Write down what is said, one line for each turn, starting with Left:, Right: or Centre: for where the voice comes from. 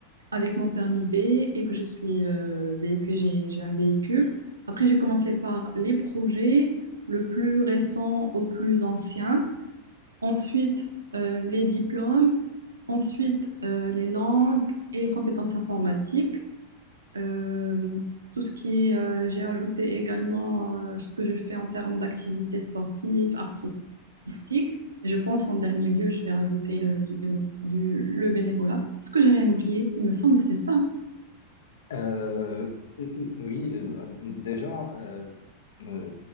Right: avec mon permis B et que je suis euh, véhiculée, j'ai, j'ai un véhicule. Après, j'ai commencé par les projets, le plus récent au plus ancien. Ensuite, euh, les diplômes. Ensuite, euh, les langues et les compétences informatiques. Euh, tout ce qui est, euh, j'ai ajouté également euh, ce que je fais en termes d'activités sportives, artistiques. Je pense en dernier lieu, je vais rajouter euh, du béno- du- le bénévolat. Est-ce que j'ai rien oublié? Il me semble, c'est ça.
Left: Euh, euh, euh, oui, euh, euh, déjà, euh, euh,